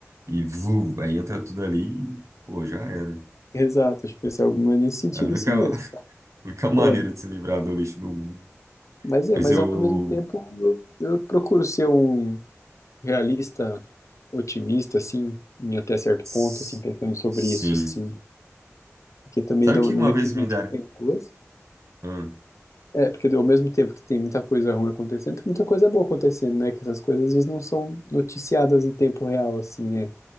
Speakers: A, on the right; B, on the left.
A: e vu, aí entra tudo ali e, pô, já era.
B: exato, acho que vai ser alguma nesse sentido
A: É a única,
B: assim mesmo.
A: <laughs> a única maneira
B: É,
A: de se livrar do lixo do mundo.
B: mas é,
A: Mas
B: mas
A: eu...
B: ao mesmo tempo eu, eu procuro ser um realista, otimista, assim, em até certo
A: s-
B: ponto, assim, pensando sobre
A: Sim.
B: isso, assim. Porque também,
A: Sabe
B: do,
A: o que
B: do
A: uma
B: mesmo
A: vez me
B: jeito
A: deram?
B: que tem coisa.
A: Hum.
B: É, porque do- ao mesmo tempo que tem muita coisa ruim acontecendo, tem muita coisa boa acontecendo, né? Que essas coisas às vezes não são noticiadas em tempo real, assim, né?